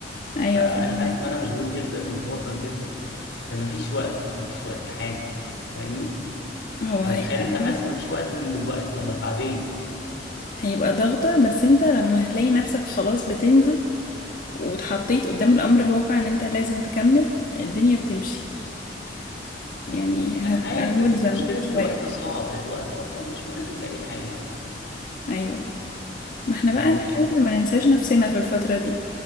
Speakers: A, on the left; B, on the left.
A: ايوه
B: فانا
A: فهمك
B: حاسس ان انا مشغول جدا ومرهق جدا فمفيش وقت مفيش وقت لحاجه فاهمني
A: هو
B: فتخيل
A: هيبقى
B: انت
A: ضغطة
B: حاسس مفيش وقت من دلوقتي امال بعدين
A: هيبقى ضغطة بس انت لما هتلاقي نفسك خلاص بتنزل واتحطيت قدام الأمر الواقع إن أنت لازم تكمل الدنيا بتمشي يعني هتبقى
B: انا عارف
A: ملزم
B: بس المشكله ان
A: شوية
B: الوقت صعب الوقت اصلا مش مناسب لاي حاجه
A: أيوة ما احنا بقى
B: يعني
A: نحاول
B: انت
A: ما ننساش نفسنا في الفترة دي